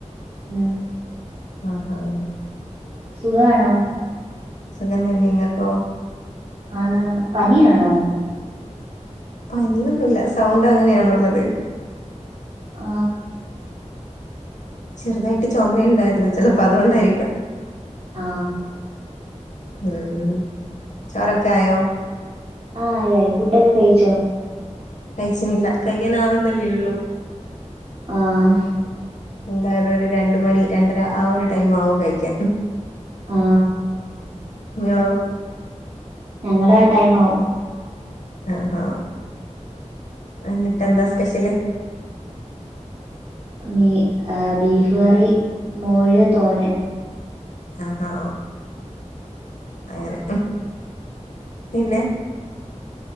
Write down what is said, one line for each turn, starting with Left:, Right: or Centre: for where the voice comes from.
Right: ഉം
Left: ആ ആ
Right: സുഖാണോ
Left: സുഖംതന്നെ ങ്ങക്കോ
Right: ആന്നാ ന്ന് പനി ആണോ
Left: പനിയൊന്നുല്ല സൗണ്ട് അങ്ങനെയാണൊള്ളത്
Right: ആ
Left: ചെറുതായിട്ട് ചുമുണ്ടായിരുന്നു ചിലപ്പോ അതുകൊണ്ടായിരിക്കാം
Right: ആ
Left: ഉം ഉം ചോറൊക്കെ ആയോ
Right: ആ ആയി ആയി ഫുഡൊക്കെ കഴിച്ചോ
Left: കഴിച്ചനില്ല കഴിക്കൻ ആവുന്നല്ലേ ഉള്ളൂ
Right: ആഹ്
Left: എന്തായാലും ഒരു രണ്ട് മണി രണ്ടര ആ ഒരു ടൈം ആകും കഴിക്കാൻ
Right: ആ
Left: ങ്ങളോ
Right: ഞങ്ങള് ആ ടൈം ആവും
Left: ആ എന്നിട്ട്ന്താ സ്പെഷ്യല്
Right: മീ ആ ബീഫ് കറി മൂഴ് തോരൻ
Left: ആഹാ അങ്ങനെ പിന്നെ